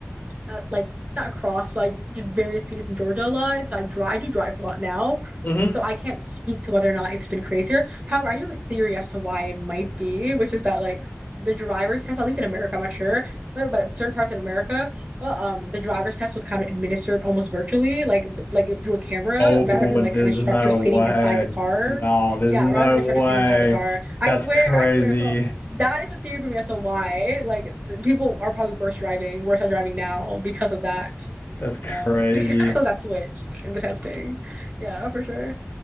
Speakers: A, on the right; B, on the left.
A: uh, like not across, but I did various cities in Georgia a lot. So I've dri- I do drive a lot now.
B: hmm
A: So I can't speak to whether or not it's been crazier. However, I do have a theory as to why it might be, which is that like the driver's test, at least in America, I'm not sure, but in certain parts in America, well, um, the driver's test was kind of administered almost virtually, like like through a camera,
B: Oh,
A: rather than like
B: there's
A: an instructor
B: no
A: sitting
B: way.
A: inside the car.
B: No, there's
A: Yeah,
B: no
A: rather than the instructor
B: way.
A: sitting inside the car. I
B: That's
A: swear,
B: crazy.
A: I swear. So that is a theory for me as to why like people are probably worse driving, worse at driving now because of that.
B: That's crazy.
A: Um, <laughs> because that switch in the testing. Yeah, for sure.